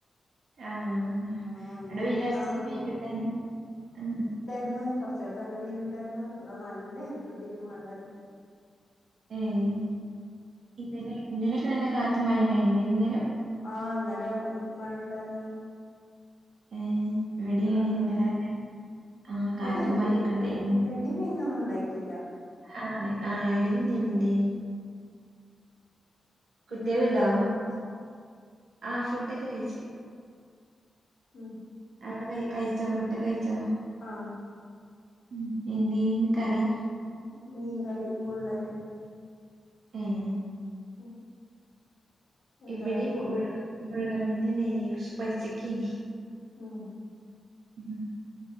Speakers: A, on the right; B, on the left.
A: ആഹ്
B: ആഹ് എന്ത്
A: എടെ വെയിലറച്ചി
B: ഇരുട്ടാണ്
A: വെയിലണ്ടായിനു ആഹ്
B: രുന്ന് കൊറച്ച് നേരത്ത എല്ലാം വെയിലുണ്ടായിരുന്നു അപ്പത നല്ല ഇരുട്ടെത്തിട്ട് മഴ വരണു
A: ഏഹ് ഇന്നലെ ഇന്നലൊക്കെ നല്ല കാറ്റും മയീണ്ടായിന്നോ വൈകുന്നേരം
B: ആഹ് ഇന്നലെ മഴ ഇണ്ടാരുന്നു
A: ഏഹ് ഇവടെയാണെ
B: ഉണ്ടായിരുന്നു
A: ഇന്നലെ ആഹ് കാറ്റും
B: ഇടി
A: മഴൊക്കെ ഇണ്ടായി
B: ഇടി മിന്നൊന്നും ഉണ്ടായിട്ടില്ല
A: ആഹ് ആഹ് ഇടിമി <unintelligible> നി കുട്ടിയോളുണ്ടോ
B: പിന്നെന്താ ഫുഡൊക്കെ കഴിച്ചോ
A: ആഹ് ഫുഡൊക്കെ കഴിച്ചു
B: ഉം
A: അവടെ ക കഴിച്ചോ ഫുഡ് കഴിച്ചോ
B: ആഹ്
A: ഉം എന്തേയിന്ന് കറി?
B: മീൻങ്കറി മുള്ളന്
A: ഏഹ്
B: ഉം എന്താണ്
A: ഇവടേം
B: ഫുഡ്
A: മുള്ളമീനന്നെ അയിനി പക്ഷെ പൊരിച്ചിക്കിനി
B: ഉം
A: ഉം